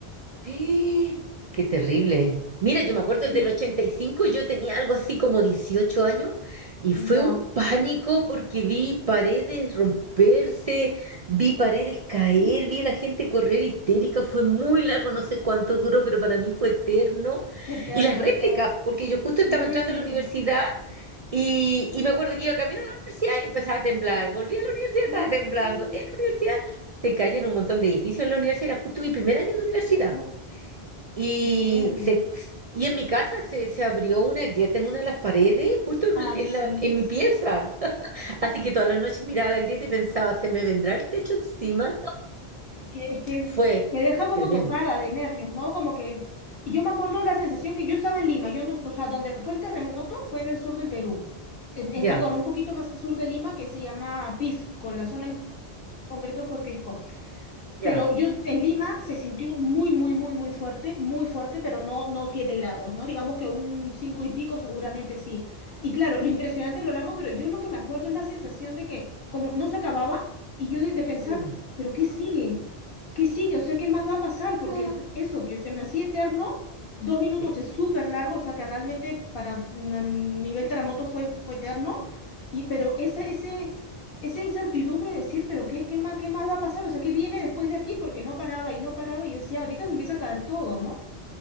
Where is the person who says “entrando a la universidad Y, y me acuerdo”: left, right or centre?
Right